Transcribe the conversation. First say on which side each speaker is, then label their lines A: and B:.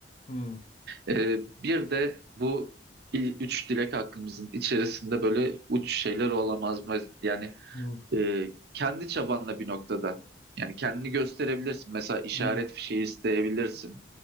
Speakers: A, on the left; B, on the right.
A: Hı.
B: Ee, bir de bu il- üç dilek hakkımızın içerisinde böyle uç şeyler olamaz mı? Yani
A: Hı.
B: e, kendi çabanla bir noktada. Yani kendini gösterebilirsin. Mesela işaret
A: Hı.
B: fişeği isteyebilirsin.